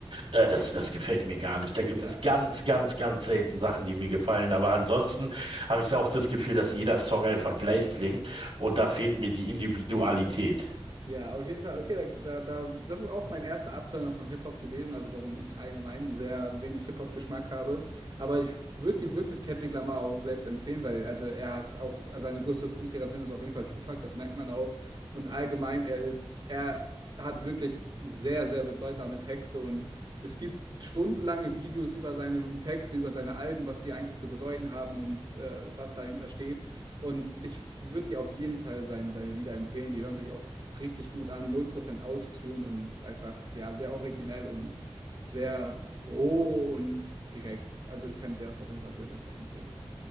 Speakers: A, on the right (about 75°); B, on the right (about 50°).
A: Äh, das, das gefällt mir gar nicht. Da gibt
B: ja.
A: es ganz, ganz, ganz selten Sachen, die mir gefallen. Aber ansonsten habe ich auch das Gefühl, dass jeder Song einfach gleich klingt und
B: Mhm.
A: da fehlt mir die Individualität.
B: Ja, auf jeden Fall. Okay, da, da, da, das ist auch mein erster Abturner von Hip-Hop gewesen, also warum ich allgemein sehr wenig Hip-Hop-Geschmack habe. Aber ich würde dir wirklich Kendrick Lamar auch selbst empfehlen, weil also er ist auch, also seine größte Inspiration ist auf jeden Fall Tupac, das merkt man auch. Und allgemein, er ist, er hat wirklich sehr, sehr bedeutsame Texte und es gibt stundenlange Videos über seine Texte, über seine Alben, was sie eigentlich zu bedeuten haben und äh, was dahinter steht. Und ich würde dir auf jeden Fall sein, seine Lieder empfehlen. Die hören sich auch richtig gut an. 0% Autotune und einfach, ja, sehr originell und sehr roh und direkt. Also ich kann dir das auf jeden Fall sehr, sehr stark empfehlen.